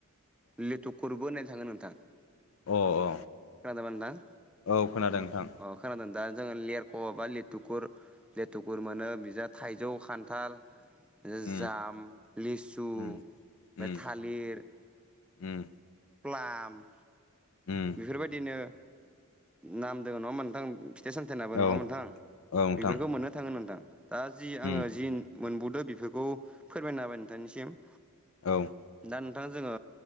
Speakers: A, in the centre; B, on the left (about 65°).
A: लिट कुरबो होननाय थाङो नोंथां।
B: औ अ
A: खोनादोंबा नोंथां?
B: अ औ खोनादों नोंथां
A: अ खोनादों दा जो लेरख'बा लिट टुकुर लेटुकुर मोनो बिजा थाइजौ खान्थाल
B: उम
A: जाम लिसु
B: उम
A: मेथालिर
B: उम उम
A: प्लाम
B: ओम
A: बेफोरबायदिनो नाम दोङो नङाहोनबा नोंथां। फिथाइ सामथाइनाबो नङाहोनबा
B: औ
A: नोंथां?
B: औ नोंथां
A: बेफोरखौ मोननो थाङो नोंथां दा जि आङो
B: उम
A: जिन मोनबुदो बेफोरखौ फोरमायना होबाय नोंथांनिसिम।
B: औ
A: दा नोंथां जोङो